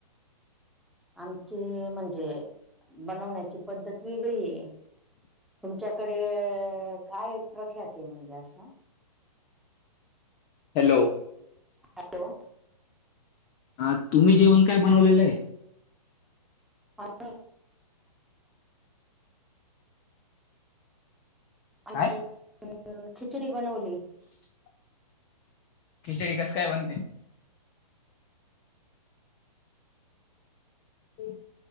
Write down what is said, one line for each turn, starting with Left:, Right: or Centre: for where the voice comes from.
Centre: आमचे म्हणजे, बनवण्याची पद्धत वेगळीये. तुमच्याकडे, काय प्रख्यातीये, म्हणजे असं.
Left: हॅलो.
Centre: हॅलो.
Left: हा, तुम्ही जेवण काय बनवलेलंय?
Centre: आम्ही आणि
Left: काय
Centre: अ खिचडी बनवली.
Left: <inaudible> खिचडी कसं काय बनते. ते